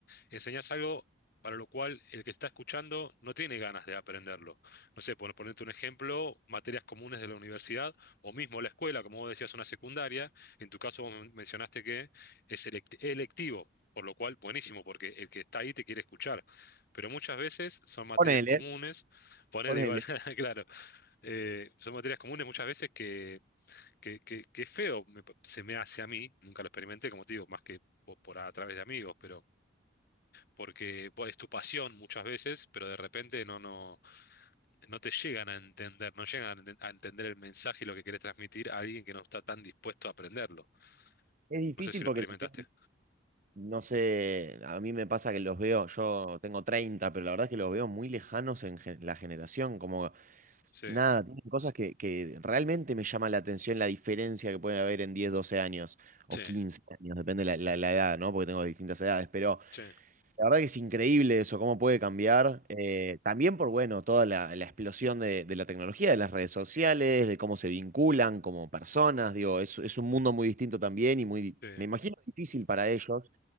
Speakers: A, on the left; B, on the right.
A: Enseñás algo para lo cual el que está escuchando no tiene ganas de aprenderlo. No sé, por ponerte un ejemplo, materias comunes de la universidad o mismo la escuela, como vos decías, una secundaria. En tu caso, vos men- mencionaste que es elect- electivo, por lo cual, buenísimo, porque el que está ahí te quiere escuchar. Pero muchas veces son materias
B: Ponele,
A: comunes, ponele
B: ponele.
A: igual, <laughs> claro, eh, son materias comunes muchas veces que, que, que, que es feo, me pa- se me hace a mí, nunca lo experimenté, como te digo, más que po- por, a través de amigos, pero porque pues, es tu pasión muchas veces, pero de repente no, no, no te llegan a entender, no llegan a enten- a entender el mensaje y lo que querés transmitir a alguien que no está tan dispuesto a aprenderlo.
B: Es difícil
A: No sé si lo
B: porque
A: experimentaste.
B: también, no sé, a mí me pasa que los veo, yo tengo 30 pero la verdad es que los veo muy lejanos en gen- la generación, como
A: Sí,
B: nada, tienen cosas que, que realmente me llama la atención la diferencia que puede haber en 10 12 años o
A: sí,
B: 15 años, depende la, la, la edad, ¿no? Porque tengo distintas edades, pero
A: sí,
B: La verdad que es increíble eso, cómo puede cambiar. eh, también por, bueno, toda la, la explosión de, de la tecnología, de las redes sociales, de cómo se vinculan como personas. Digo, es, es un mundo muy distinto también y muy,
A: sí,
B: me imagino, difícil para ellos